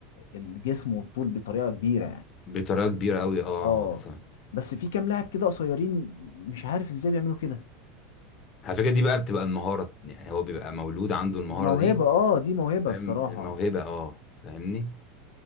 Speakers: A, on the left; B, on the left.
A: الجسم والطول بطريقه كبيره يعني
B: بطريقة كبيرة قوي اه
A: اه
B: صح
A: بس في كام لاعب كده قصيرين مش عارف ازاي بيعملوا كده
B: على فكرة دي بقى بتبقى المهارة يعني هو بيبقى مولود عنده المهارة
A: دي موهبه
B: دي
A: اه دي موهبه
B: فاهم
A: الصراحه
B: الموهبة اه فاهمني